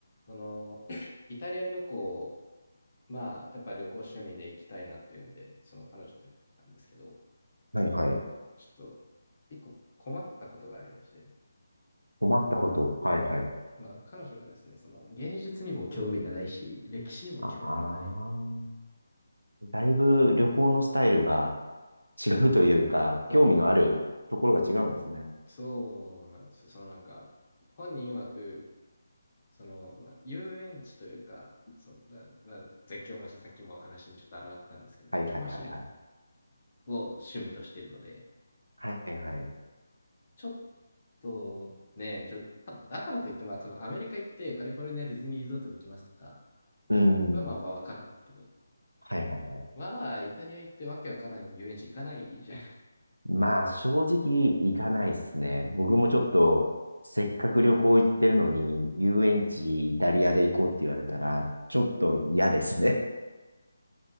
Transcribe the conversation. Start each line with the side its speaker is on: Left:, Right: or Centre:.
Left: その <clears throat> イタリア旅行、まあ、やっぱ旅行趣味で行きたいなっていうんで、その彼女と行ってきたんですけど、
Right: はいはい。
Left: ちょっと一個困ったことがありまして、
Right: 困ったこと。はいはい。
Left: その、まあ、彼女がですね、その芸術にも興味がないし、歴史にも興味がない。
Right: あ、あーだいぶ旅行のスタイルが違うというか、
Left: そ
Right: 興味のあるところが違うんですね。
Left: う、そうなんですよ。そのなんか、本人曰く、その、まあ、遊園地というか、そのなな絶叫マシン、さっきもお話にちょっと抗ったんですけど、絶叫マシン
Right: はいはいはいはい。
Left: を趣味としているので、
Right: はいはい。
Left: ちょっと、ね、ちょだからといっても、そのアメリカ行ってカリフォルニアディズニーリゾートに行きますとか
Right: うん。
Left: は、まあ、まわかるんですけど、
Right: はいはいはい。
Left: まあ、イタリア行ってわけわからない遊園地行かないじゃん。
Right: まあ、正直行かないですね。僕もちょっと、せっかく旅行行ってるのに、遊園地イタリアで行こうって言われたら、ちょっと嫌ですね。